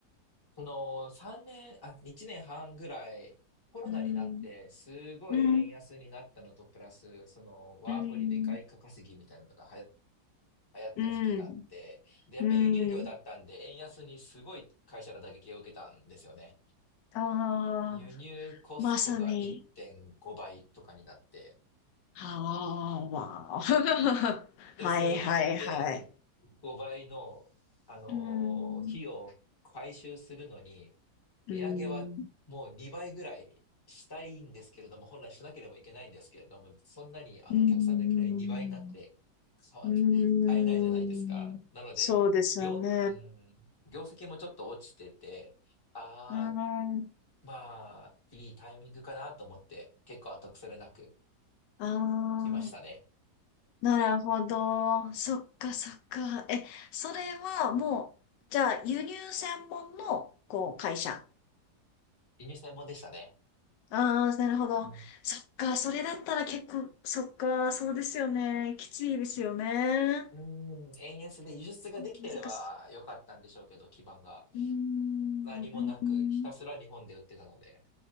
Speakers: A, on the left (about 15°); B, on the left (about 90°).
A: その3年、あ、1年半ぐらい、コロナになって、
B: うん、
A: すごい円安になったのと、
B: うん、
A: プラス、その、ワーホリで外貨稼ぎみたいなのが流行、
B: うん、
A: 流行った時期があって、
B: うん、
A: で、やっぱ輸入業だったんで、
B: うん。
A: 円安にすごい会社が打撃を受けたんですよね。
B: ああ、
A: 輸入コストが1.5倍とかになって、
B: まさに。ああ、わあ。<laughs>
A: で、
B: はいはいはい。
A: その1.5倍の、あのー費用を回収するのに、
B: うーん、
A: 値上げはもう2倍ぐらいしたいんですけれども、
B: うーん、
A: 本来しなければいけないんですけれども、そんなにあのお客さんがいきなり2倍になって買わ
B: うーん、うーん。
A: <laughs> 買えないじゃないですか。なので、
B: そうですよね。
A: 業、うん、業績もちょっと落ちてて、ああ、
B: うーん、
A: まあ、いいタイミングかなと思って、結構後腐れなく
B: ああ、
A: 来ましたね。
B: なるほど。そっかそっか。え、それはもう、じゃあ輸入専門の、こう、会社。
A: 輸入専門でしたね。
B: ああ、なるほど。
A: うん
B: そっか、それだったら結構、そっか、そうですよね。きついですよね。
A: うん、円安で輸出ができてればよかったんでしょうけど、
B: 難し
A: 基盤が。
B: い。うーん、
A: 何もなく、
B: うーん、
A: ひたすら日本で売ってたので。